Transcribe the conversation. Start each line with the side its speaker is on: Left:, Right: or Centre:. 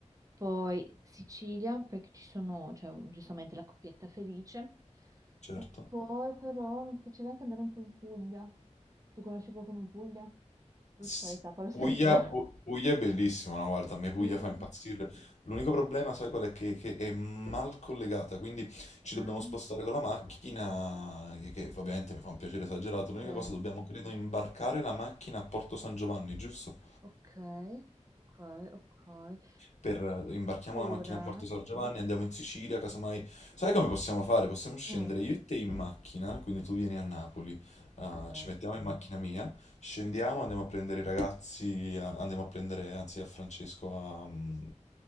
Right: poi Sicilia perché ci sono, cioè, giustamente la coppietta felice,
Left: certo.
Right: e poi però mi piacerebbe anche andare un po' in Puglia. Tu conosci qualcuno in Puglia? Io
Left: Sì.
Right: ci farei tappa lo
Left: Puglia,
Right: stesso. <laughs>
Left: Pu- Puglia è bellissima, no? Guarda, a me Puglia
Right: Mm,
Left: fa impazzire. L'unico problema, sai qual è? Che, che è mal collegata, quindi ci
Right: ah,
Left: dobbiamo spostare con la macchina, che, che ovviamente mi fa un piacere esagerato. L'unica
Right: eh,
Left: cosa, dobbiamo credo imbarcare la macchina a Porto San Giovanni, giusto?
Right: ok, ok, ok.
Left: per- imbarchiamo
Right: Pure,
Left: la macchina a Porto San Giovanni, andiamo in Sicilia, casomai... Sai come possiamo fare? Possiamo scendere
Right: mm,
Left: io e te in macchina, quindi tu vieni a Napoli,
Right: ok.
Left: ah, ci mettiamo in macchina mia, scendiamo, andiamo a prendere i ragazzi, a- andiamo a prendere, anzi, a Francesco a, mm,